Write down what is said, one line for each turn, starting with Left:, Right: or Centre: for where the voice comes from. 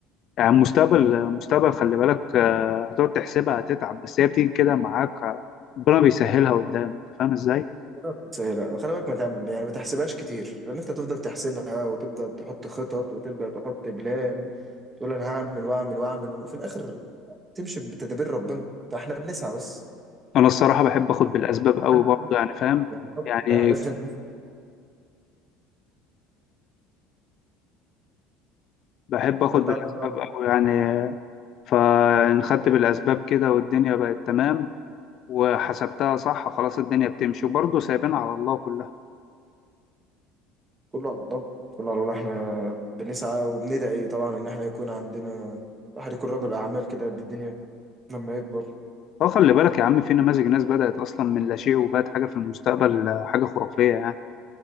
Left: يعني المستقبل مستقبل خلي بالك آه، هتقعد تحسبها هتتعب بس هي بتيجي كده معاك ربنا بيسهلها قدام انت فاهم ازاي
Right: رب سهلة خلي بالك ما تعم- يعني ما تحسبهاش كتير لان انت تفضل تحسبها وتبدا تحط خطط وتبدا تحط بلان تقول انا هعمل واعمل واعمل وفي الاخر تمشي بتدابير ربنا فاحنا بنسعى بس
Left: انا الصراحه بحب اخد بالاسباب قوي
Right: أنا-
Left: برضه يعني فاهم
Right: يعني حط
Left: يعني
Right: اهداف انت
Left: بحب اخد
Right: ما انت
Left: بالاسباب
Right: عندك رأي
Left: قوي يعني فانخدت بالأسباب كده والدنيا بقت تمام وحسبتها صح خلاص الدنيا بتمشي وبرضه سايبين على الله كلها
Right: كله على الله كله على الله احنا بنسعى وبندعي طبعا ان احنا يكون عندنا الواحد يكون رجل اعمال كده قد الدنيا لما يكبر
Left: فخلي بالك يا عم في نماذج ناس بدأت أصلا من لا شيء وبقت حاجة في المستقبل آه، حاجة خرافية يعني